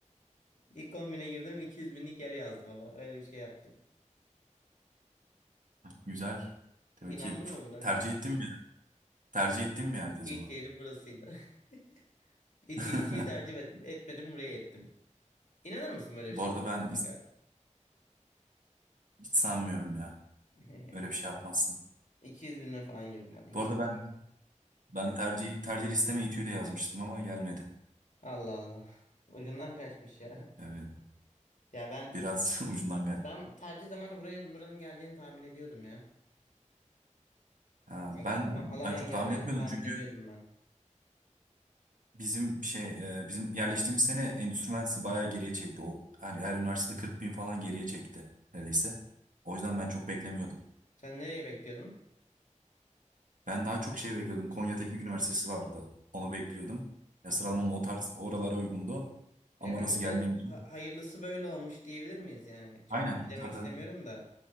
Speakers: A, on the left; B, on the right.
A: İlk kombine girdim 200 binlik yer yazdım ama öyle bir şey yaptım.
B: Güzel. Demek
A: İnandın
B: ki
A: mı buna?
B: tercih ettiğim bir, tercih ettiğim bir yerde o
A: İlk
B: zaman.
A: yerim burasıydı. <laughs> İti,
B: <laughs>
A: itiyi tercih et, etmedim buraya ettim. İnanır mısın böyle
B: Bu
A: bir şey
B: arada
A: dedim
B: ben
A: kanka?
B: is- hiç sanmıyorum ya.
A: <laughs>
B: Öyle bir şey yapmazsın.
A: 200 bine falan girdim ben 200
B: Bu arada ben
A: civarı.
B: ben tercih tercih listeme İTÜ'yü de yazmıştım ama gelmedi.
A: Allah Allah. Ucundan kaçmış ya.
B: Evet.
A: Ya ben
B: Biraz <laughs> ucundan geldi.
A: ben tercih zamanı buraya buranın geleceğini tahmin ediyordum ya.
B: Ha,
A: Al-
B: ben
A: Al- Alanya'ya
B: ben çok
A: geleceğini
B: tahmin etmiyordum
A: tahmin
B: çünkü
A: ediyordum ben.
B: Bizim şey e, bizim yerleştiğimiz sene endüstri mühendisliği bayağı geriye çekti. O her, her üniversitede 40 bin falan geriye çekti neredeyse. O yüzden ben çok beklemiyordum.
A: Sen nereye bekliyordun?
B: Ben daha çok şey bekliyordum. Konya Teknik Üniversitesi vardı. Onu bekliyordum. Ya sıralamam o tarz oralara uygundu.
A: Ya
B: Ama
A: belki
B: orası gelmeyince.
A: de ha- hayırlısı böyle olmuş diyebilir miyiz yani? Çok
B: Aynen
A: bir şey demek
B: zaten
A: istemiyorum da.